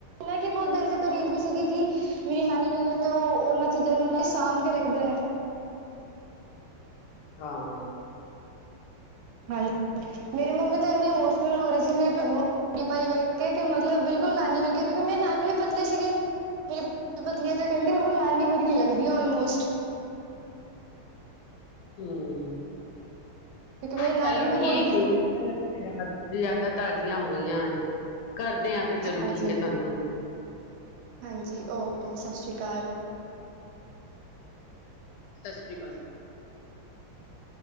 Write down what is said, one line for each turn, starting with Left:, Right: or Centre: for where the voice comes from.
Right: ਨਾ ਕਿ ਬਹੁਤ ਦਿਲ ਦੇ ਕਰੀਬ ਵੀ ਸੀਗੀ ਕਿ ਮੇਰੀ ਨਾਨੀ ਨੀ ਨੇ ਤੇ ਉਹ ਉਹਨਾਂ ਚੀਜ਼ਾਂ ਨੂੰ ਸਾਂਭ ਕੇ ਰੱਖਦੇ ਨੇ
Left: ਹਾਂ
Right: ਹਾਂਜੀ ਮੇਰੀ ਮੰਮੀ ਤਾਂ ਇੰਨੀ ਇਮੋਸ਼ਨਲ ਹੋ ਰਹੀ ਸੀ ਮੇਰੀ ਪਿੰਨ ਪੜੀ ਭਾਈ ਵੇਖ ਕੇ ਮਤਲਬ ਬਿਲਕੁਲ ਨਾਨੀ ਵੇਖ ਕੇ ਕਿਉਂਕਿ ਮੇਰੀ ਨਾਨੀ ਵੀ ਪਤਲੇ ਸੀਗੇ ਮੇਰੀ ਪਤਲੀ ਤਾਂ ਕਹਿੰਦੀ ਮੈਨੂੰ ਨਾਨੀ ਵਧੀਆ ਲਗਦੀ ਆਲਮੋਸਟ
Left: ਹਮ
Right: ਕਿਉਂਕਿ ਮੇਰੀ
Left: ਚਲੋ
Right: ਨਾਨੀ ਵੀ
Left: ਠੀਕ
Right: ਗੋਰੀ
Left: ਹੈ ਲੱਾਦ ਯਾਦਾਂ ਤਾਜ਼ੀਆਂ ਹੋ ਗਈਆਂ ਕਰਦੇ ਹਾਂ ਫਿਰ ਚਲੋ
Right: ਹਾਂਜੀ,
Left: ਠੀਕ ਹੈ ਤੁਹਾਨੂੰ ਅਂ
Right: ਹਾਂਜੀ ਓਕੇ ਸਤਿ ਸ਼੍ਰੀ ਅਕਾਲ
Left: ਸਤਿ ਸ਼੍ਰੀ ਅਕਾਲ ਜੀ